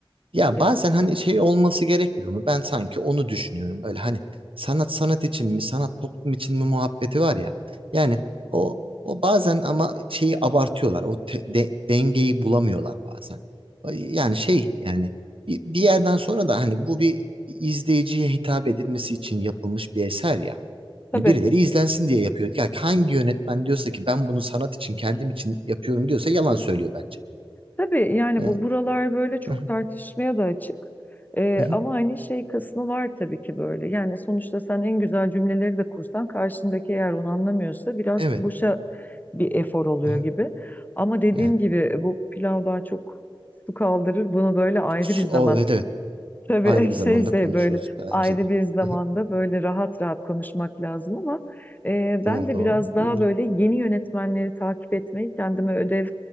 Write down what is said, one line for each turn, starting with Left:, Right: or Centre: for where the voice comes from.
Right: Ya
Left: Ya,
Right: bazen hani şey olması gerekmiyor mu? Ben sanki onu düşünüyorum. Böyle hani sanat sanat için mi, sanat toplum için mi muhabbeti var ya. Yani o o bazen ama şeyi abartıyorlar. O te- de- dengeyi bulamıyorlar bazen. Ay, Yani şey yani bir, bir yerden sonra da hani bu bir izleyiciye hitap edilmesi için yapılmış bir eser ya.
Left: tabii
Right: Hani birileri izlensin diye yapıyor. Ya hangi yönetmen diyorsa ki ben bunu sanat için kendim için yapıyorum diyorsa yalan söylüyor bence.
Left: Tabii yani
Right: Ee,
Left: bu buralar böyle çok
Right: hı hı,
Left: tartışmaya da açık. Ee,
Right: hı hı,
Left: ama hani şey kısmı var tabii ki böyle. Yani sonuçta sen en güzel cümleleri de kursan karşındaki eğer onu anlamıyorsa biraz
Right: evet.
Left: boşa bir efor oluyor
Right: hı hı,
Left: gibi. Ama dediğim
Right: yani.
Left: gibi bu pilav daha çok su kaldırır. Bunu böyle ayrı
Right: Su-
Left: bir zaman
Right: O, evet evet.
Left: Tabii
Right: Ayrı bir
Left: <laughs> şey
Right: zamanda
Left: şey
Right: konuşuruz
Left: böyle
Right: bence
Left: ayrı
Right: de.
Left: bir zamanda
Right: <laughs>
Left: böyle rahat rahat konuşmak lazım ama e,
Right: Tamam
Left: ben de
Right: tamam.
Left: biraz daha
Right: Olur.
Left: böyle yeni yönetmenleri takip etmeyi kendime ödev